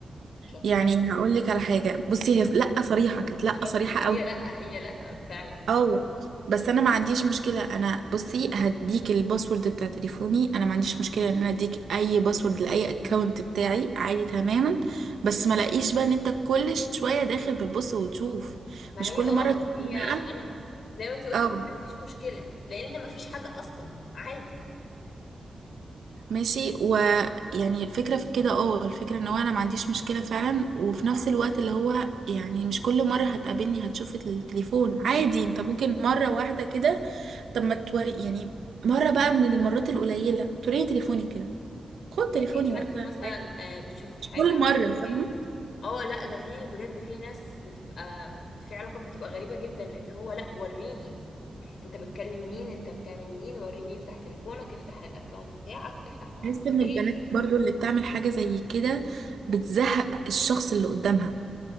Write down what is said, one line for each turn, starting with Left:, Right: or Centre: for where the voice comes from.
Left: شاطرة
Right: يعني هقول لك على حاجه بصي هي لا صريحه كانت لا
Left: شاطرة
Right: صريحه
Left: ما هي
Right: قوي
Left: لا هي لا فعلا
Right: اه بس انا ما عنديش مشكله انا بصي هديك الباسورد بتاع تليفوني انا ما عنديش مشكله ان انا اديك اي باسورد لاي اكونت بتاعي عادي تماما بس ما لاقيش بقى ان انت كل شويه داخل بتبص وتشوف
Left: ما
Right: مش
Left: هي
Right: كل
Left: اه
Right: مره تشوف
Left: هي
Right: امرأة
Left: انا زي ما انت قلتي
Right: اه
Left: ما عنديش مشكلة لان ما فيش حاجة اصلا عادي
Right: ماشي ويعني الفكره في كده اه الفكره ان هو انا ما عنديش مشكله فعلا وفي نفس الوقت اللي هو يعني مش كل مره هتقابلني هتشوف التليفون عادي انت ممكن مره واحده كده طب ما توري يعني مرة بقى من المرات القليلة توريني تليفونك كده خد
Left: عادي
Right: تليفوني
Left: خدته
Right: وقتها
Left: مثلا
Right: عادي.
Left: آه، بتشوفي حاجة
Right: مش كل
Left: عندك
Right: مرة فاهمة
Left: حاجة اه لا ده في بجد في ناس بتبقى في علاقات بتبقى غريبة جدا اللي هو لا وريني انت بتكلم مين انت بتعمل مين وريني افتح تليفونك افتح الاكونت بتاعك افتحه معرفش
Right: بحس ان
Left: ايه
Right: البنات برضو اللي بتعمل حاجة زي كده بتزهق الشخص اللي قدامها